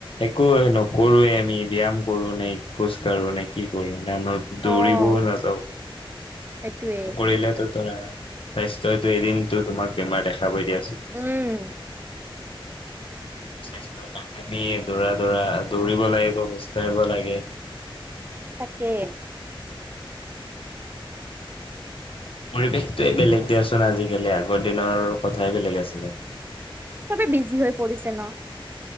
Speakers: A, on the left (about 70°); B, on the right (about 20°).
A: একোয়ে নকৰোৱে, আমি ব্যায়াম কৰো নে খোজ কাঢ়ো নে কি কৰো! <unintelligible> দৌৰিবও
B: অ',
A: নাযাওঁ
B: সেইটোৱে
A: <unintelligible> <unintelligible> স্বাস্থ্যইতো এদিনতো তোমাক বেমাৰ দেখাবই দিয়া
B: উম
A: স্বাস্থ্যৰ কাৰণে আমি দৌৰা দৌৰা দৌৰিব লাগিব খোজ কঢ়িব লাগে
B: তাকে
A: পৰিৱেশটোৱে বেলেগ দিয়াচোন আজিকালি আগৰ দিনৰ কথাই বেলেগ আছিলে।
B: চবে বিজি হৈ পৰিছে ন